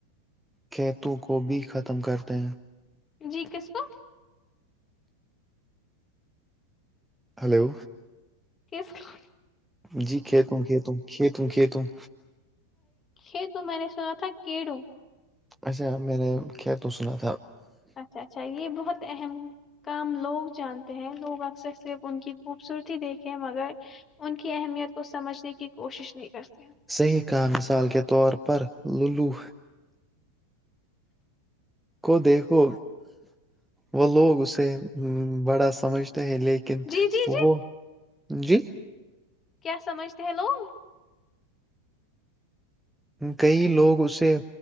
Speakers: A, in the centre; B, on the left.
A: کیتوں کو بھی ختم کرتے ہیں
B: جی کس کو
A: ہلو
B: کس کا
A: جی کھیتوں کھیت کھیت کھی تووں
B: یہ تو میں نے سنا تھا کیڑو
A: اچھا میں نے ک تو سنا تھا
B: اچھا اچھا یہ بہت اہم کام لوگ جانتے ہیں لوگ اکثر صرف ان کی خوبصورتی دیکھیں مگر ان کے اہمیت کو سمجھنے کی کوشش نہیں کرتے ہیں
A: صحیح کہا مثال کے طور پر لولو کو دیکھو وہ لوگ اسے بڑا سمجھ ہیں لیکن
B: جی جی جی
A: وہ جی
B: کیا سمجھتے ہیں لوگ
A: کئی لوگ اسے